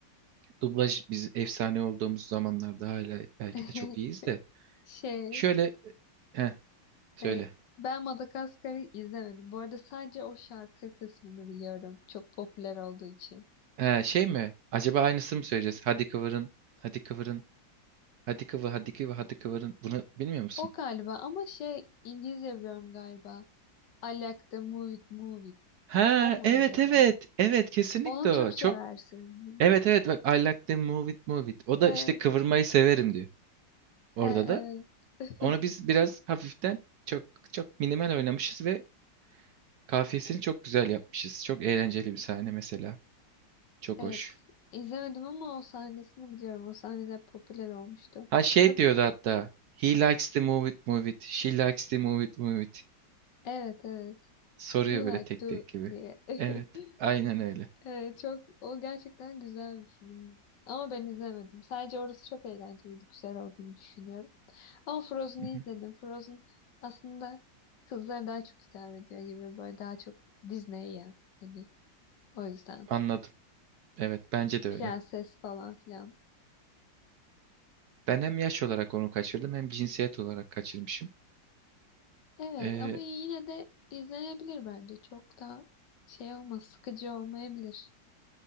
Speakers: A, on the right; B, on the left.
A: Dublaj biz efsane olduğumuz zamanlarda hala belki
B: <laughs>
A: de çok iyiyiz de.
B: Şey,
A: Şöyle heh, söyle.
B: e, ben Madagaskar'ı izlemedim. Bu arada sadece o şarkı kısmını biliyorum. Çok popüler olduğu için.
A: He, şey mi? Acaba aynısını mı söyleyeceğiz? Hadi kıvırın. Hadi kıvırın. Hadi kıvı, hadi kıvı, hadi kıvırın. Bunu bilmiyor musun?
B: O galiba ama şey İngilizce biliyorum galiba. I like the move it, move it.
A: Ha,
B: O mu
A: evet
B: acaba?
A: evet. Evet kesinlikle
B: Onun Türkçe
A: o. Çok
B: versiyonu.
A: Evet evet bak I like the move it move it. O da
B: Evet.
A: işte kıvırmayı severim diyor. Orada
B: He, evet.
A: da
B: <laughs>
A: Onu biz biraz hafiften çok çok minimal oynamışız ve kafiyesini çok güzel yapmışız. Çok eğlenceli bir sahne mesela. Çok
B: Evet,
A: hoş.
B: izlemedim ama o sahnesini biliyorum. O sahneler popüler olmuştu.
A: Ha şey
B: Bakın,
A: diyordu hatta. He likes to move it, move it. She likes to move it, move it.
B: evet evet.
A: Soruyor
B: You Like
A: böyle tek
B: To
A: tek gibi.
B: diye. <laughs>
A: Evet, aynen öyle.
B: Evet, çok o gerçekten güzel bir film. Ama ben izlemedim. Sadece orası çok eğlenceliydi, güzel olduğunu düşünüyorum. Ama Frozen'ı
A: Hı hı,
B: izledim. Frozen aslında kızlara daha çok hitap ediyor gibi böyle daha çok Disney ya. Hani o yüzden
A: Anladım. Evet, bence de
B: prenses
A: öyle.
B: falan filan.
A: Ben hem yaş olarak onu kaçırdım hem cinsiyet olarak kaçırmışım.
B: Evet
A: Ee,
B: ama yine de izlenebilir bence. Çok da şey olmaz, sıkıcı olmayabilir.